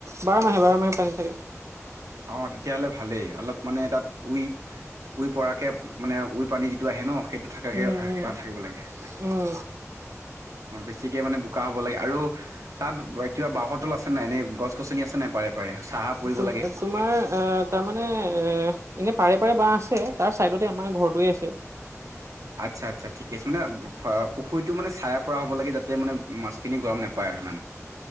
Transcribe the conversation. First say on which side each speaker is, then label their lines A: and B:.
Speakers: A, on the right (about 65°); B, on the right (about 80°).
A: বাৰ মাহে বাৰ মাহে পানী থাকে
B: অ' তেতিয়াহ'লে ভালেই অলপ মানে তাত উই-উই পৰাকৈ। মানে উৰ পানী যিটো আহে ন সেইটো থাকাকে
A: উম, উম।
B: থাকিব লাগে।
A: উম,
B: অ, বেছিকে মানে বোকা হ'ব লাগে আৰু তাত কিবা বাঁহৰতল আছে নাই এনেই গছ-গছনি আছে নাই পাৰে পাৰে চাহা পৰিব
A: তম
B: লাগে।
A: তোমাৰ অ, তাৰমানে এ এনে পাৰে। বা আছে তাৰ চাইডতে আমাৰ ঘৰটোৱে আছে।
B: আচ্ছা, আচ্ছা ঠিকে আছে মানে পুখুৰীটো মানে ছায়া পৰা হ'ব লাগে, যাতে মানে মাছখিনি গৰম নাপায়। পায় আৰু ইমান,